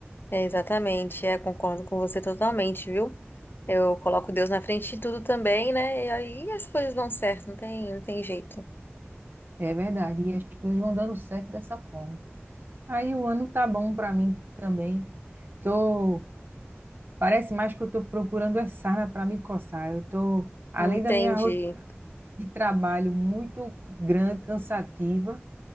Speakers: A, on the left; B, on the right.
A: É, exatamente, é, concordo com você totalmente, viu? Eu coloco Deus na frente de tudo também, né? E aí as coisas dão certo, não tem, não tem jeito.
B: É verdade. E as coisas vão dando certo dessa forma. Aí o ano tá bom para mim também. Tô, parece mais que eu tô procurando é sarna para me coçar. Eu tô, além
A: Entendi.
B: da minha rotina de trabalho muito grande, cansativa,